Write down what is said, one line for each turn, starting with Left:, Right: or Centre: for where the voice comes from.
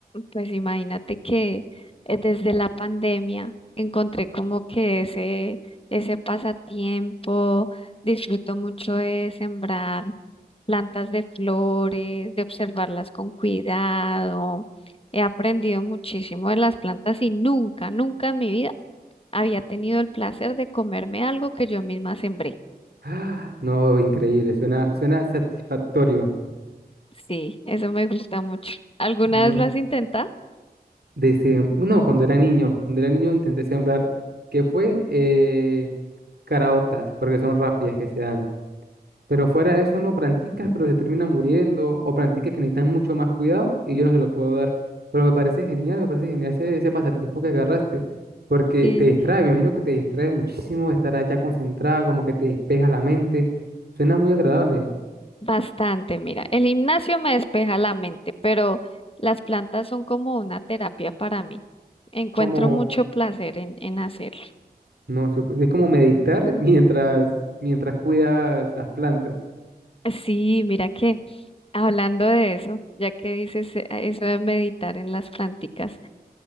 Left: Pues imagínate que eh, desde la pandemia encontré como que ese, ese pasatiempo, disfruto mucho de sembrar plantas de flores, de observarlas con cuidado. He aprendido muchísimo de las plantas y nunca, nunca en mi vida había tenido el placer de comerme algo que yo misma sembré.
Right: Ah, no, increíble, suena, suena satisfactorio.
Left: Sí, eso me gusta mucho. ¿Alguna
Right: No.
Left: vez lo has intentado?
Right: Desde, no, cuando era niño, cuando era niño intenté sembrar, que fue eh, caraotas, porque son rápidas que se dan. Pero fuera de eso, no, planticas, pero se terminan muriendo, o planticas que necesitan mucho más cuidado y yo no se lo puedo dar. Pero me parece genial, me parece genial ese, ese pasatiempo que agarraste, porque
Left: Sí,
Right: te distrae, me imagino que te distrae muchísimo estar allá concentrada, como que te despeja la mente. Suena muy agradable,
Left: bastante. Mira, el gimnasio me despeja la mente, pero las plantas son como una terapia para mí. Encuentro
Right: como,
Left: mucho placer en, en hacerlo.
Right: no, súper- es como meditar <laughs> mientras, mientras cuidas las plantas.
Left: Sí, mira que hablando de eso, ya que dices eh, eso de meditar en las planticas,